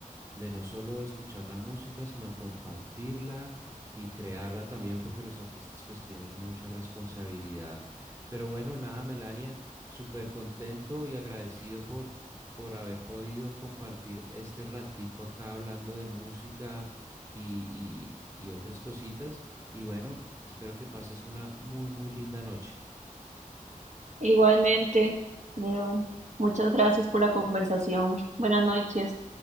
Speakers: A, on the right (about 20°); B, on the right (about 55°).
A: de no solo escuchar la música, sino compartirla y crearla también, porque los artistas pues tienen mucha responsabilidad. Pero bueno, nada, Melania, súper contento y agradecido por, por haber podido compartir este ratico acá hablando de música y, y y otras cositas. Y bueno, espero que pases una muy, muy linda noche.
B: Igualmente, Leo, muchas gracias por la conversación. Buenas noches.